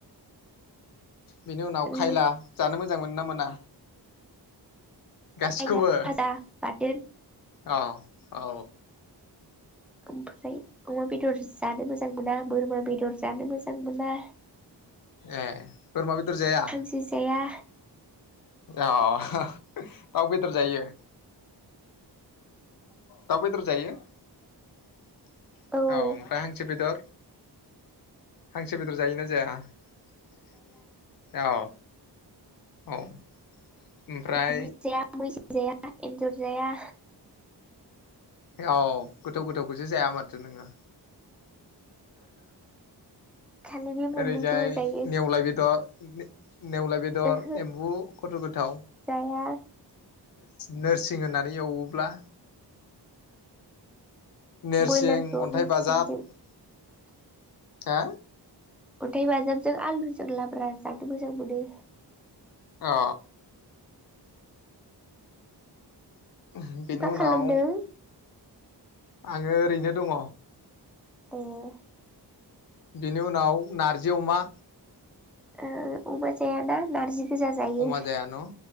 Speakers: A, on the left (about 55°); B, in the centre.
A: बिनि उनाव
B: ओ
A: खायला जानो मोजां मोनो ना मोना? गासिखौबो
B: खायला फाजा बाथोन
A: अ औ।
B: ओमफ्राय अमा बेदर जानो मोजां मोजां मोना बोरमा बेदर जानो मोजां मोना।
A: ए बोरमा बेदर जाया?
B: हांसो जाया
A: दाउ बेदर जायो? दाउ बेदर जायो औ
B: औ
A: ओमफ्राय हांसो बेदर। हांसो बेदर जायोना जाया औ। औ। ओमफ्राय
B: एम्बु जाया मैसो जाया एन्जर जाया।
A: औ गोथाव गोथाव खौसो जाया माथो नोङो
B: खालि बे मोननैखौल'
A: ओरैजाय
B: जायो
A: नेउलाय बेदर। <inaudible> नेउलाय बेदर
B: ओहो
A: एम्बु खथ' गोथाव।
B: जाया
A: नोरसिं होनानै एवोब्ला नोरसिं
B: बयलारखौ
A: अन्थाइ
B: नेरसिनजों
A: बाजाब हा?
B: अन्थाइ बाजाबजों आलुजों लाब्रा जानो मोजां मोनो।
A: औ। <inaudible> बेनि
B: मा
A: उनाव
B: खालामदों
A: आङो ओरैनो दङ।
B: ए
A: बेनि उनाव नारजि अमा?
B: ओ अमा जाया ना नारजि गोजा जायो
A: अमा जाया न'